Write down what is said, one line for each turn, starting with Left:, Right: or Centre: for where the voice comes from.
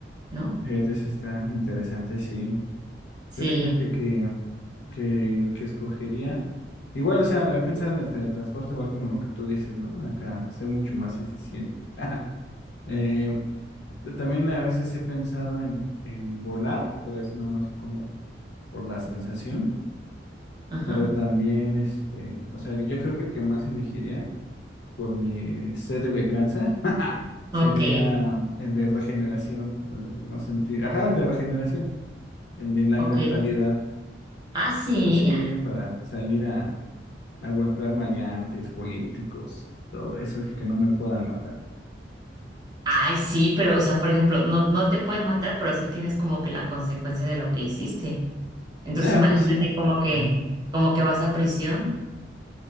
Right: ¿no?
Left: Fíjate, sí está interesante, sí.
Right: Sí,
Left: Yo fíjate que, que el que escogería, igual, o sea, he pensado en el teletransporte, igual como lo que tú dices, ¿no? Acá ser mucho más eficiente. <laughs> Eh, también a veces he pensado en, en volar, pero eso nada más como por la sensación,
Right: ajá.
Left: pero también, este, o sea, yo creo que el que más elegiría por mi sed de venganza <laughs> sería
Right: Ok,
Left: el de regeneración, o el de no sentir, ajá, el de regeneración, el de la inmortalidad.
Right: ok. Ah, sí.
Left: Pues sí, para salir a a golpear maleantes, políticos, todo eso, así que no me puedan matar.
Right: Ay, sí, pero, o sea, por ejemplo, no, no te pueden matar, pero sí tienes como que la consecuencia de lo que hiciste. Entonces
Left: Ah,
Right: imagínate
Left: pues sí.
Right: como que,
Left: Ujú.
Right: como que vas a prisión. <laughs>